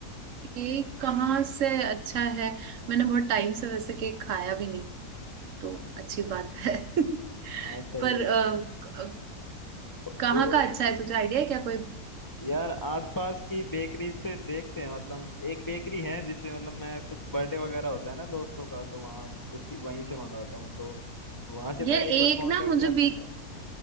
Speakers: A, on the right; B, on the left.
A: केक कहाँ से अच्छा है मैंने बहुत टाइम से वैसे केक खाया भी नहीं तो अच्छी बात है <laughs>
B: हाँ
A: पर
B: सही है
A: अ,
B: यार
A: क-
B: तो,
A: कहाँ
B: तो
A: का अच्छा है तुझे आइडिया है क्या कोई
B: यार आसपास की बेकरीज पे देखते हैं मतलब एक बेकरी है जिससे मतलब मैं कुछ बर्थडे वगैरह होता है ना दोस्तों का तो वहाँ उसी वहीं से मंगाता हूँ तो वहां से
A: यार
B: मैं एक बार
A: एक
B: कांटेक्ट
A: ना मुझे
B: कर लूंगा
A: बी,